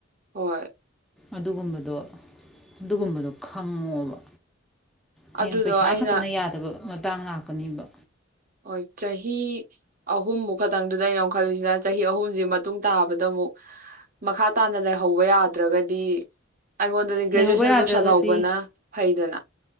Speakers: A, on the right; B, in the centre.
A: ꯍꯣꯏ
B: ꯑꯗꯨꯒꯨꯝꯕꯗꯣ ꯑꯗꯨꯒꯨꯝꯕꯗꯣ ꯈꯪꯉꯣꯕ ꯍꯌꯦꯡ
A: ꯑꯗꯨꯗꯣ
B: ꯄꯩꯁꯥ
A: ꯑꯩꯅ
B: ꯈꯛꯇꯅ ꯌꯥꯗꯕ ꯃꯇꯥꯡ ꯂꯥꯛꯀꯅꯤꯕ
A: ꯍꯣꯏ ꯆꯍꯤ ꯑꯍꯨꯝꯃꯨꯛ ꯈꯛꯇꯪꯗꯨꯗ ꯑꯩꯅ ꯈꯜꯂꯤꯨꯁꯤꯅ ꯆꯍꯤ ꯑꯍꯨꯝꯖꯤ ꯃꯇꯨꯡ ꯇꯥꯕꯗ ꯑꯃꯨꯛ ꯃꯈꯥ ꯇꯥꯅ ꯂꯩꯍꯧꯕ ꯌꯥꯗ꯭ꯔꯒꯗꯤ ꯑꯩꯉꯣꯟꯗꯗꯤ ꯒ꯭ꯔꯦꯖꯨꯑꯦꯁꯟ
B: ꯂꯩꯍꯧꯕ ꯌꯥꯗ꯭ꯔꯒꯗꯤ
A: ꯂꯣꯏꯁꯤꯜꯍꯧꯕꯅ ꯐꯩꯗꯅ